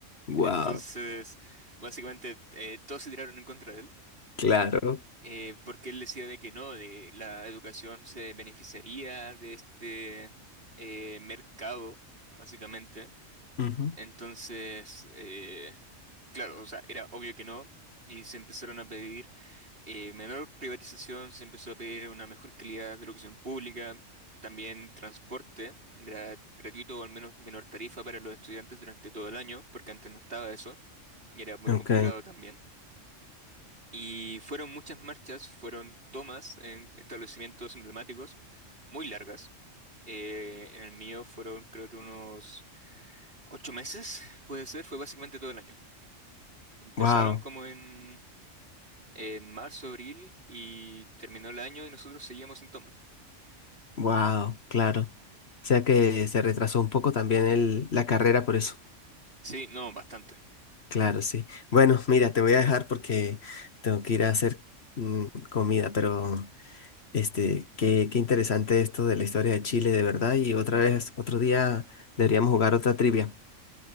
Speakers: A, on the left; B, on the right.
A: wow,
B: Entonces, básicamente, eh, todos se tiraron en contra de él,
A: claro.
B: eh, porque él decía de que no, de la educación se beneficiaría de este eh, mercado, básicamente.
A: Ujú.
B: Entonces, eh, Claro, o sea, era obvio que no, y se empezaron a pedir eh, menor privatización, se empezó a pedir una mejor calidad de educación pública, también transporte gra- gratuito o al menos menor tarifa para los estudiantes durante todo el año, porque antes no estaba eso, y era muy
A: Ok,
B: complicado también. Y fueron muchas marchas, fueron tomas en establecimientos emblemáticos muy largas. Eh, en el mío fueron creo que unos ocho meses, <laughs> puede ser, fue básicamente todo el año. Empezaron
A: wow,
B: como en en marzo, abril y terminó el año y nosotros seguíamos en toma.
A: wow, claro. O sea que se retrasó un poco también el, la carrera por eso.
B: Sí, no, bastante.
A: Claro, sí. Bueno, mira, te voy a dejar porque tengo que ir a hacer mm, comida, pero Este, qué, qué interesante esto de la historia de Chile, de verdad. Y otra vez, otro día deberíamos jugar otra trivia.